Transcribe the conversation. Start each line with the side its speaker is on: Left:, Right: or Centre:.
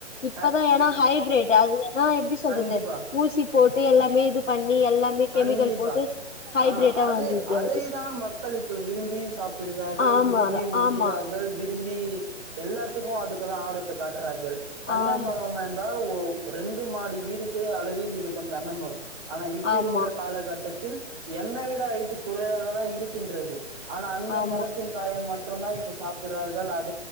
Left: இப்பதா
Right: க
Left: ஏனா
Right: இ
Left: ஹைப்ரேடு அது ஏனா எப்டி சொல்றது
Right: கண்டிப்பா.
Left: ஊசி போட்டு எல்லாமே இது பண்ணி எல்லாமே
Right: கண்டிப்பா
Left: கெமிக்கல் போட்டு ஹைபிரேட்டா
Right: ஆனா அது
Left: வந்துது
Right: அதைதான் மக்கள் இப்ப விரும்பி சாப்பிடுகிறார்கள்
Left: ஆமா
Right: விரும்பி உண்கிறார்கள்
Left: ஆமா
Right: விரும்பி எல்லாத்துக்கும் அதுக்கு தா ஆர்வத்த காட்டுறார்கள் தென்னை
Left: ஆமா
Right: மரோமென்றால் உ ரெண்டு மாடி வீடுக்கே அளவில் இருக்கும் தென்னை மரோ ஆனா இ இப்பிருகிற
Left: ஆமா
Right: காலகட்டத்தி தில் என்னை விட ஹைடு குறையாக தா இருக்கின்றது ஆனா அந்த
Left: ஆமா
Right: மரத்தின் காய மட் அப்றந்தா இப்ப சாப்பிட்ரார்கள் அது